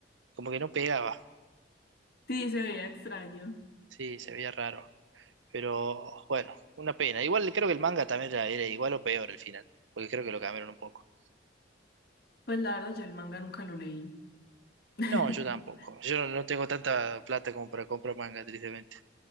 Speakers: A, on the right; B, on the left.
A: como que no pegaba.
B: Sí, se veía extraño.
A: Sí, se veía raro. Pero bueno, una pena. Igual creo que el manga también ya era igual o peor el final, porque creo que lo cambiaron un poco.
B: Pues la verdad yo el manga nunca lo leí. <laughs>
A: No, yo tampoco. Yo no, no tengo tanta plata como para comprar manga, tristemente.